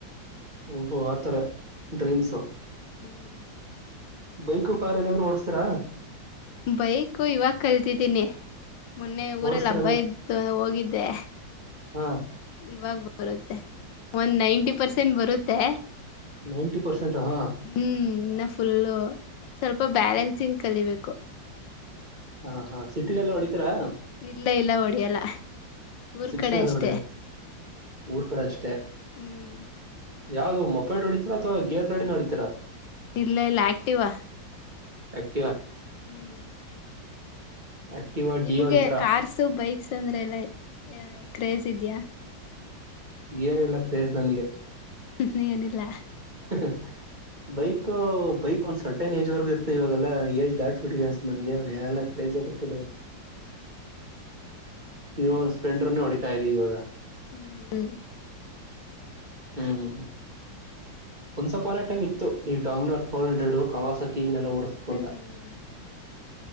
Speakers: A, on the right; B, on the left.
A: ಓಹೋ ಆತರ
B: ಹ್ಮ್
A: ಡ್ರೀಮ್ಸು
B: ಹ್ಮ್
A: ಬೈಕ ಕಾರ್ ಏನಾದ್ರು ಓಡಸ್ತರಾ
B: ಬೈಕು ಇವಾಗ ಕಲ್ತಿದ್ದೀನಿ ಮೊನ್ನೆ ಊರಲ್ಲಿ
A: ಓಡಸ್ತೀರ
B: ಹಬ್ಬ
A: ಹಂಗಾರೆ
B: ಇತ್ತು ಹೋಗಿದ್ದೆ
A: ಹಾ
B: ಇವಾಗ ಬರುತ್ತೆ ಒಂದ್ ನೈಂಟಿ ಪರ್ಸೆಂಟ್ ಬರುತ್ತೆ
A: ನೈಂಟಿ ಪರ್ಸೆಂಟ್ ಹಾ
B: ಹ್ಮ್ ಇನ್ನ ಫುಲ್ಲು ಸ್ವಲ್ಪ ಬ್ಯಾಲೆನ್ಸಿಂಗ್ ಕಲಿಬೇಕು
A: ಹಾ ಹಾ ಸಿಟಿಲೆಲ್ಲ ಹೊಡಿತೀರಾ
B: ಇಲ್ಲ ಇಲ್ಲ ಹೊಡಿಯಲ್ಲ ಊರ್
A: ಸಿಟಿಯಲ್ಲಿ
B: ಕಡೆ ಅಷ್ಟೆ
A: ಎಲ್ಲ ಹೊಡಿಯಲ್ಲ ಊರ್ ಕೂಡೆ ಅಷ್ಟೆ
B: ಹ್ಮ್
A: ಯಾವ್ದು <unintelligible> ನೋಡಿತೀರ ಅಥವಾ ಗೇರ್ ಗಾಡಿ ಹೊಡೀತೀರಾ
B: ಇಲ್ಲ ಇಲ್ಲ Activa
A: A <unintelligible>
B: hmm
A: Activa
B: ನಿಮ್ಗೆ
A: Dio ಈ ತರ
B: ಕಾರ್ಸ ಬೈಕ್ಸ್ ಅಂದ್ರೆ ಎಲ್ಲ <unintelligible> ಕ್ರೇಜ ಇದೆಯಾ
A: ಏನಿಲ್ಲ ಕ್ರೇಜ್ ನನ್ಗೆ
B: <unintelligible> ಏನಿಲ್ಲ
A: <unintelligible> ಬೈಕ್ ಬೈಕ್ ಒಂದ್ ಸರ್ಟೆನ್ ಏಜ್ ವರೆಗ ಇರ್ತ ಇವಾಗಲ್ಲಾ ಏಜ್ ದಾಟ್ಬಿಟ್ಟಿದೆ ನಮಗೆ
B: ಹ್ಮ್
A: ಎಲ್ಲ ಕೈಜೆ ಬರ್ತಿಲ ಇವಾಗ ಇದು
B: ಹೌದು
A: ಸ್ಪಲೆಂಡರ್ನ ಹೊಡ <unintelligible> <unintelligible> ರಿ ಇವಾಗ
B: ಹ್ಮ್ ಹ್ಮ್
A: ಹ್ಮ್ ಒಂದ್ಸಪನ
B: ನನ್
A: ಟೈಮ್ ಇತ್ತು ಈ ಡಾಮಿನೋಲ್ <unintelligible> <unintelligible> ಲ್ರಡು ಕವಾಸಕಿ <unintelligible> ಟಿವ ವಿನೆಲ್ಲ ಓಡಿಸ್ಬೇಕು
B: ಹ್ಮ್
A: ಅಂತ